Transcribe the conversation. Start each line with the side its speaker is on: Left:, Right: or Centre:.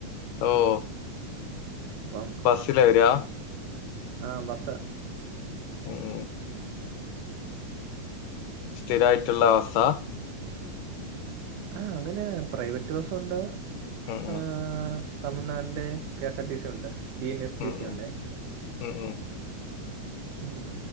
Left: ഓഹ്
Right: അപ്പം
Left: ബസ്സിലാ വരികാ
Right: ആഹ് ബസ്സാ
Left: മ് സ്ഥിരായിട്ടുള്ള ബസ്സാ
Right: ആ അങ്ങനെ പ്രൈവറ്റ് ബസ്സുണ്ട്
Left: ഉം ഉം
Right: ആഹ് തമിഴ്നാടിന്റെ K S R T C ഉണ്ട് ടി എൻ എസ് ടി
Left: ഉം
Right: സി
Left: ഉം
Right: ഉണ്ടേ
Left: ഉം ഉം.
Right: ഉം